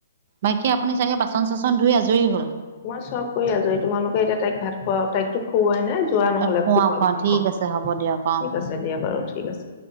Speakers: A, on the right; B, on the left.
A: বাকী আপুনি চাগে বাচন চাচন ধুই আজৰি হ'ল
B: তোমই চব কৰি আছো তোমালোকে এতিয়া তাইক ভাত খুৱাও তাইকতো খুওৱাই নাই চোৱা নহলে
A: খোৱা
B: খুব অ
A: খোৱা ঠিক আছে হ'ব দিয়ক অ
B: ঠিক আছে দিয়া বাৰু ঠিক আছে